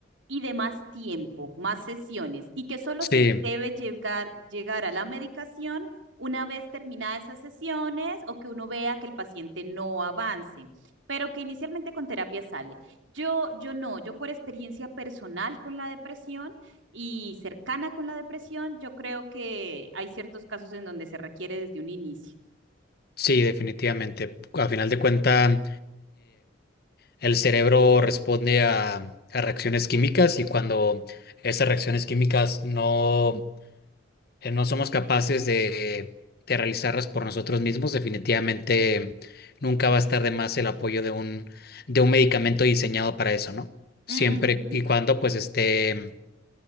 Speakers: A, on the right; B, on the left.
A: y de más tiempo, más sesiones, y que solo
B: Sí,
A: se debe llegar, llegar a la medicación una vez terminadas esas sesiones o que uno vea que el paciente no avance, pero que inicialmente con terapia sale. Yo, yo no, yo por experiencia personal con la depresión y cercana con la depresión, yo creo que hay ciertos casos en donde se requiere desde un inicio.
B: sí, definitivamente. A final de cuentas, el cerebro responde a, a reacciones químicas y cuando esas reacciones químicas no... eh, no somos capaces de, de realizarlas por nosotros mismos, definitivamente nunca va a estar de más el apoyo de un, de un medicamento diseñado para eso, ¿no? Siempre
A: Ujú.
B: y cuando pues esté,